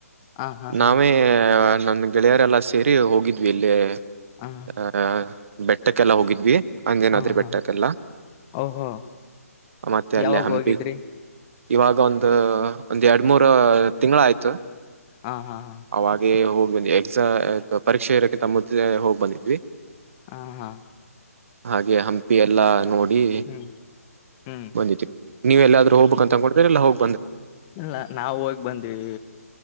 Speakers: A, on the left; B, on the right.
A: ಹ ಹಾ ಹಾ
B: ನಾವೇ ನಂದು ಗೆಳೆಯರೆಲ್ಲ ಸೇರಿ ಹೋಗಿದ್ವಿ ಇಲ್ಲಿ
A: ಹ
B: ಹಾ ಬೆಟ್ಟಕ್ಕೆಲ್ಲ ಹೋಗಿದ್ವಿ ಹಂಗೇನ
A: ಹಾ
B: ಅದರು
A: ಹ ಹಾ
B: ಬೆಟ್ಟಕಲ್ಲ
A: ಓಹೋ
B: ಮತ್ತೆ ಅಲ್ಲಿ
A: ಯಾವಾಗ
B: ಹಂಪಿ
A: ಹೋಗಿದ್ರಿ
B: ಇವಾಗೊ ಒ ಒಂದ್ ಎರಡ್ ಮೂರ ತಿಂಗಳ ಆಯ್ತು
A: ಹ ಹಾ ಹಾ
B: ಅವಾಗೆ ಹ ಎಕ್ಸಾ ಪರೀಕ್ಷೆ ಇರೋಕ್ಕೆೆ ತಮ್ಮ್ದೆ ಹೋಗ್ ಬಂದಿದ್ವಿ
A: ಹಾ ಹಾ
B: ಹಾಗೆ ಹಂಪಿ ಎಲ್ಲಾ ನೋಡಿ ಈ
A: ಹ್ಮ್ ಹ್ಮ್
B: ಬಂದಿದ್ದ ನೀವು ಎಲ್ಲಾದೂ ಹೋಗ್ಬೇಕ ಅಂತಕೊಂಡತ್ರಲ್ಲ ಹೋಗ
A: ಇಲ್ಲ ನಾವ ಹೋಗಿ ಬಂದ್ವಿ